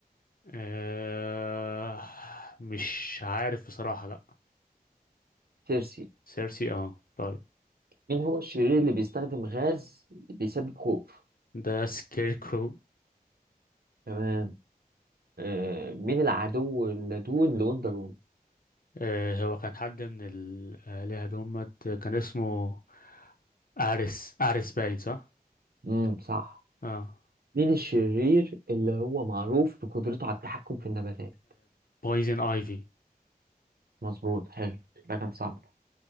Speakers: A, on the left; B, on the right.
A: آه، مش عارف بصراحة لا
B: سيرسي
A: سيرسي اه طيب
B: مين هو الشرير اللي بيستخدم غاز بيسبب خوف
A: ده سكير كرو
B: تمام آه، مين العدو اللدود لوندر وومن
A: آه، هو كان حد من الآلهة دمت كان اسمه أريس أريس باين صح؟
B: امم صح
A: اه
B: مين الشرير اللي هو معروف بقدرته على التحكم في النباتات
A: بويزن ايفي
B: مظبوط حلو ده كان صعب ده.